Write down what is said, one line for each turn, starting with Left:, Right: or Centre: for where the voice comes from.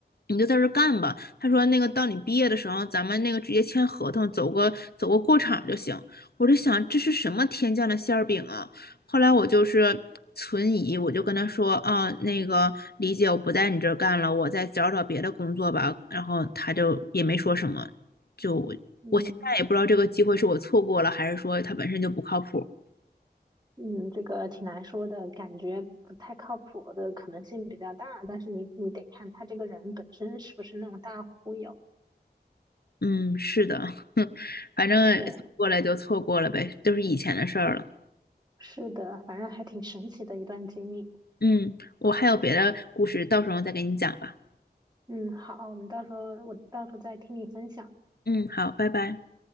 Left: 你就在这儿干吧。他说，那个到你毕业的时候，咱们那个直接签合同，走个走个过场就行。我就想，这是什么天降的馅儿饼啊？后来我就是存疑，我就跟他说，啊，那个李姐，我不在你这儿干了，我再找找别的工作吧。然后他就也没说什么，就
Right: 嗯。
Left: 我现在也不知道这个机会是我错过了，还是说他本身就不靠谱。
Right: 嗯，这个挺难说的，感觉不太靠谱的可能性比较大，但是你你得看他这个人本身是不是那种大忽悠。
Left: 嗯，是的，<laughs> 反正错过来就错过了呗，
Right: 对，
Left: 都是以前的事儿了。
Right: 是的，反正还挺神奇的一段经历。
Left: 嗯，我还有别的故事，到时候再给你讲吧。
Right: 嗯，好，我们到时候我到时候再听你分享。
Left: 嗯，好，拜拜。